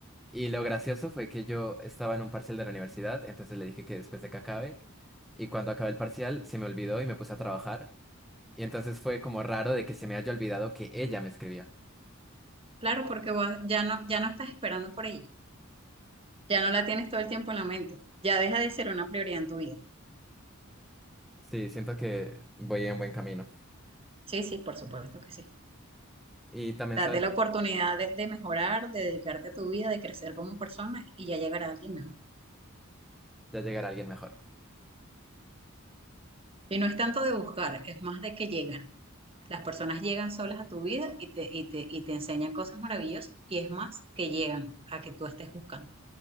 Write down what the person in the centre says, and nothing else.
Y lo gracioso fue que yo estaba en un parcial de la universidad, entonces le dije que después de que acabe, y cuando acabé el parcial se me olvidó y me puse a trabajar, y entonces fue como raro de que se me haya olvidado que ella me escribía.
Sí, siento que voy en buen camino.
Y también,
¿sabes?
Ya llegará alguien mejor.